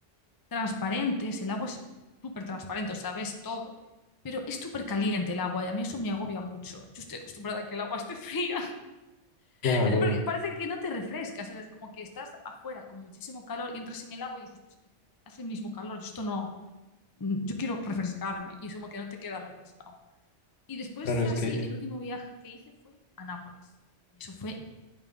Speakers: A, on the left; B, on the left.
A: transparentes, el agua es súper transparente, o sea, ves todo, pero es súper caliente el agua y a mí eso me agobia mucho. Yo estoy acostumbrada a que el agua esté fría,
B: Claro,
A: <laughs> porque parece que no te refrescas, o sea, es como que estás afuera con muchísimo calor y entras en el agua y dices, pero es que hace el mismo calor, yo esto no, yo quiero refrescarme y es como que no te quedas refrescado. Y después,
B: claro, es
A: así,
B: que,
A: el último viaje que hice fue a Nápoles y eso fue